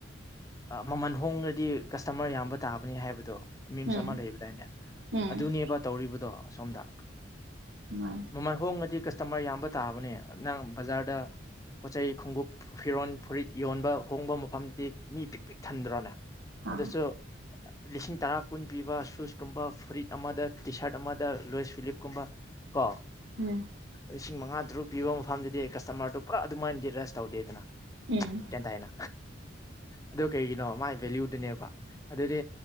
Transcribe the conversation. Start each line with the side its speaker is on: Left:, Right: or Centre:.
Left: ꯃꯃꯜ ꯍꯣꯡꯉ꯭ꯔꯗꯤ ꯀꯁꯇꯃꯔ ꯌꯥꯝꯕ ꯇꯥꯕꯅꯤ ꯍꯥꯏꯕꯗꯣ ꯃꯤꯝꯁ
Right: ꯎꯝ
Left: ꯑꯃ ꯂꯩꯕꯗꯥꯏꯅꯦ
Right: ꯎꯝ
Left: ꯑꯗꯨꯅꯦꯕ ꯇꯧꯔꯤꯕꯗꯣ ꯁꯣꯝꯗ
Right: ꯃꯥꯅꯦ
Left: ꯃꯃꯜ ꯍꯣꯡꯂꯗꯤ ꯀꯁꯇꯃꯔ ꯌꯥꯝꯕ ꯇꯥꯕꯅꯦ ꯅꯪ ꯕꯖꯥꯔꯗ ꯄꯣꯠꯆꯩ ꯈꯣꯡꯒꯨꯞ ꯐꯤꯔꯣꯜ ꯐꯨꯔꯤꯠ ꯌꯣꯟꯕ ꯍꯣꯡꯕ ꯃꯐꯝꯗꯨꯗꯤ ꯃꯤ ꯄꯤꯛ ꯄꯤꯛ ꯊꯟꯗ꯭ꯔꯣꯅꯦ
Right: ꯑꯥ
Left: ꯑꯗꯁꯨ ꯂꯤꯁꯤꯡ ꯇꯔꯥ ꯀꯨꯟ ꯄꯤꯕ ꯁꯨꯁꯀꯨꯝꯕ ꯐꯨꯔꯤꯠ ꯑꯃꯗ ꯇꯤ ꯁꯥꯔꯠ ꯑꯃꯗ ꯂꯣꯏꯁ ꯐꯤꯂꯤꯞꯀꯨꯝꯕ ꯀꯣ
Right: ꯎꯝ
Left: ꯂꯤꯁꯤꯡ ꯃꯉꯥ ꯇꯔꯨꯛ ꯄꯤꯕ ꯃꯐꯝꯗꯗꯤ ꯀꯁꯇꯃꯔꯗꯨ ꯄꯨꯔꯥ ꯑꯗꯨꯃꯥꯏꯅꯗꯤ ꯔꯁ ꯇꯧꯗꯦꯗꯅ
Right: ꯎꯝ
Left: ꯒꯤꯌꯦꯟꯇꯥꯏꯅ ꯑꯗꯨ ꯀꯩꯒꯤꯅꯣ ꯃꯥꯒꯤ ꯚꯦꯂꯨꯗꯨꯅꯦꯕ ꯑꯗꯨꯗꯤ